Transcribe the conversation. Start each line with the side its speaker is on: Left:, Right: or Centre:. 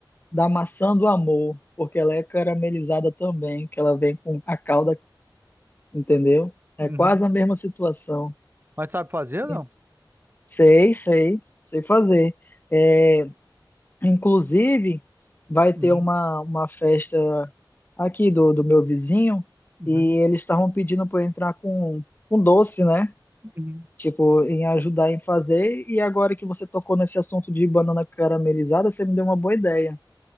Left: da maçã do amor, porque ela é caramelizada também, que ela vem com a calda entendeu? É
Right: Uhum.
Left: quase a mesma situação.
Right: Mas sabe fazer ou não?
Left: E Sei, sei, sei fazer. É, inclusive, vai ter
Right: Uhum,
Left: uma, uma festa aqui do, do meu vizinho
Right: uhum,
Left: e eles estavam pedindo para eu entrar com, com doce, né?
Right: uhum,
Left: Tipo, em ajudar em fazer. E agora que você tocou nesse assunto de banana caramelizada, você me deu uma boa ideia,